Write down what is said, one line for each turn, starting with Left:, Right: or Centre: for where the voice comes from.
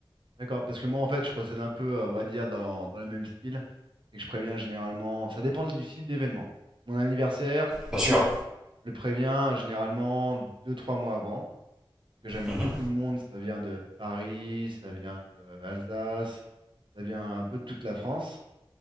Right: D'accord, parce que moi, en fait, je procède un peu, euh, on va dire, dans, dans le même style et que je préviens généralement. Ça dépend du site d'événement. Mon anniversaire,
Centre: Bien sûr.
Right: je le préviens généralement deux trois mois avant. que j'invite
Centre: Mhm,
Right: beaucoup de monde. Ça vient de Paris, ça vient d'Alsace ça vient un peu de toute la France.